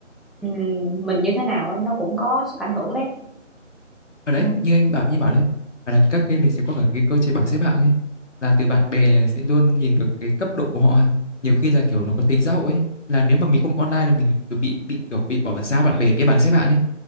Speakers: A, in the centre; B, on the left.
A: ừ, mình như thế nào ấy nó cũng có sức ảnh hưởng đấy
B: ở đấy
A: đó,
B: như anh bảo như bảo đấy và là các game thì sẽ có cả cái cơ chế bảng xếp hạng ấy là từ bạn bè này sẽ luôn nhìn được cái cấp độ của họ nhiều khi là kiểu nó có tính xã hội ấy là nếu mà mình không online là mình cứ bị bị kiểu bị bỏ xa bạn bè cái bảng xếp hạng ấy